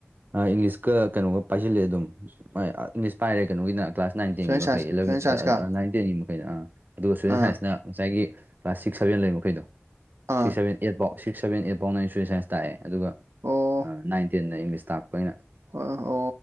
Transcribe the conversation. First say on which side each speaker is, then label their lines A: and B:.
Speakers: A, on the right; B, on the right.
A: ꯏꯪꯂꯤꯁꯀ ꯀꯩꯅꯣꯒ ꯄꯥꯏꯁꯤꯜꯂꯦ ꯑꯗꯨꯝ ꯏꯪꯂꯤꯁ ꯄꯥꯏꯔꯦ ꯀꯩꯅꯣꯒꯤꯅ ꯀ꯭ꯂꯥꯁ ꯅꯥꯏꯟ ꯇꯦꯟꯒꯤ
B: ꯁꯣꯁꯦꯜ
A: ꯃꯈꯩ
B: ꯁꯥꯏꯟꯁ
A: ꯑꯦꯂꯕꯦꯟ
B: ꯁꯣꯁꯦꯜ ꯁꯥꯏꯟꯁꯀ
A: ꯑꯥ ꯅꯥꯏꯟ ꯇꯦꯟꯒꯤ ꯃꯈꯩꯅ ꯑꯥ ꯑꯗꯨꯒ ꯁꯨꯖ‌ꯦꯜ
B: ꯑꯥ
A: ꯁꯥꯏꯟꯁꯅ ꯉꯁꯥꯏꯒꯤ ꯀ꯭ꯂꯥꯁ ꯁꯤꯛꯁ ꯁꯚꯦꯟ ꯂꯩꯕ ꯃꯈꯩꯗꯣ
B: ꯑꯥ
A: six seven eight four six seven eight ꯐꯥꯎꯅ ꯑꯩ ꯁꯨꯁ‌ꯦꯜ ꯁꯥꯏꯟꯁ ꯇꯥꯛꯑꯦ ꯑꯗꯨꯒ
B: ꯑꯣ
A: ꯑ, ꯅꯥꯏꯟ ꯇꯦꯟꯅ ꯏꯪꯂꯤꯁ ꯇꯥꯛꯄ ꯑꯩꯅ
B: ꯑꯣ